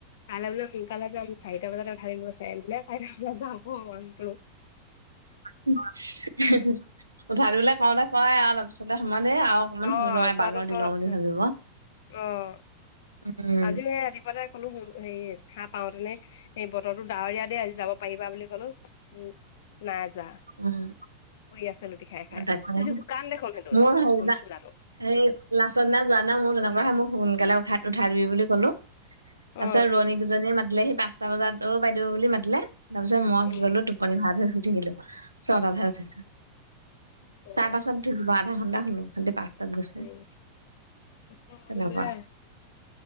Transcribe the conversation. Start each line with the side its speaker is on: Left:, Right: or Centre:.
Left: কাইলে বোলে সোনকালে যাম। চাৰিটা বজাতে উঠাই দিম কৈছে। <unintelligible> চাৰিটা বজাত যাব মনটো।
Right: <unintelligible> উঠাই দিবলে কওঁতে কই আৱ, তাপিছতে সমানে আৱ। ইমান
Left: অ',
Right: ভই লগা,
Left: কোৱাটো
Right: বাগৰ দি
Left: ক
Right: লওঁ
Left: পিছত
Right: বুলি ভাবিব।
Left: অ',
Right: উম।
Left: আজিও সে ৰাতিপুৱাতে কলো সেই সা পাওঁতেনে হে বতৰটো ডাৱৰীয়া দে আজি যাব পাৰিবা বুলি ক'লো। উম, নাই যোৱা।
Right: উম।
Left: শুই আছে লুটি খাই খাই,
Right: তাকে
Left: হুইটো শুকান দেখোন সেটো <unintelligible>
Right: মোৰ সেইদিনা
Left: চোলাটো।
Right: সেই লাষ্ট দিনা যোৱা না মো তেনেকুৱা হয়। মোক সোনকালে উসাত উঠাই দিবি বুলি ক'লো। তা
Left: অ',
Right: পিছত ৰোৱনী কিজনি মাতিলেহি পাঁচটা বজাত। অ' বাইদেউ বুলি মাতিলে, তাপিছত মই
Left: উম,
Right: কি কৰিলো <unintelligible> শুই থাকিলো। ছটাত হে উঠিছো।
Left: উম,
Right: চাই পাঁচটাত উঠিছো। <unintelligible> তাত গৈছে,
Left: উম, মন
Right: তেনেকুৱা।
Left: নাযায়।